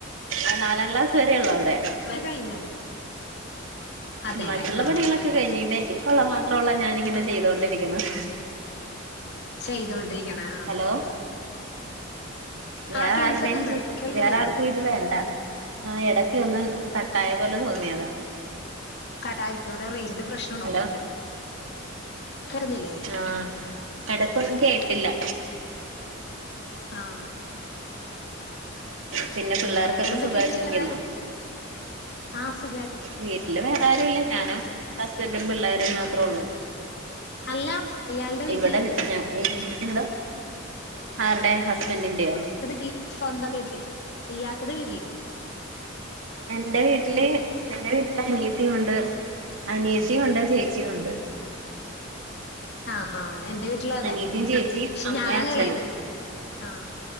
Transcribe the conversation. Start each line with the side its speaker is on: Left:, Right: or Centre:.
Right: ആഹ് നാലാം ക്ലാസ് വരേള്ളൂ അവടെ
Left: <unintelligible> കഴിഞ്ഞോ? അതെല്ലേ
Right: മറ്റുള്ള
Left: ആഹ്.
Right: പണികളൊക്കെ കഴിഞ്ഞ്, ഇത് എനിക്കുള്ള മാത്രൊള്ള ഞാനിങ്ങനെ ചെയ്തൊണ്ടിരിക്കണത്.
Left: ചെയ്തൊണ്ടിരിക്കണാ
Right: ഹലോ വേറെ
Left: ആഹ് കേൾക്കുന്നുണ്ട്.
Right: ആരുടെയും ചെയ്
Left: കേൾക്കുന്നില്ലേ?
Right: വേറെ ആർക്കും വേണ്ട ആഹ് എടയ്ക്ക് ഒന്ന് കട്ടായ പോലെ തോന്നിയതാ.
Left: കടായപ്പൂവടെ റേഞ്ചിന്റെ പ്രശ്നം ഇണ്ടാവേരിക്കും
Right: ഹലോ
Left: കേക്കുന്നില്ലേ?
Right: ആഹ് എടക്കൊന്നും കേട്ടില്ല.
Left: ആഹ്
Right: പിന്നെ പിള്ളേർക്കൊക്കെ
Left: വേറെന്തൊക്കെയുണ്ട്
Right: സുഖായിട്ടിരിക്കണോ?
Left: വിശേഷം വേറെ? ആഹ് സുഖായി
Right: വീട്ടില് വേറെ ആരുല്ല, ഞാനും ഹസ്ബൻറും പിള്ളേരും മാത്രള്ളൂ.
Left: അല്ല ഇയാളുടെ വീട്ടില്
Right: ഇവടെ ഞാ ഏഹ് എന്തോ? ആർടെ ഹസ്ബൻറിന്റെയോ?
Left: <unintelligible> സ്വന്തം വീട്ടില് ഇയാക്കടെ വീടി <unintelligible>
Right: എന്റെ വീട്ടില് എന്റെ വീട്ടില് അനിയത്തിയുണ്ട്, അനിയത്തിയുണ്ട് ചേച്ചിയുണ്ട്.
Left: ആഹാ എന്റെ വീട്ടിലും അതെ
Right: അനിയത്തിയും ചേച്ചിയും
Left: പക്ഷെ
Right: അമ്മയും
Left: ഞാനാണ്
Right: അച്ഛനും
Left: എളേത് ആഹ്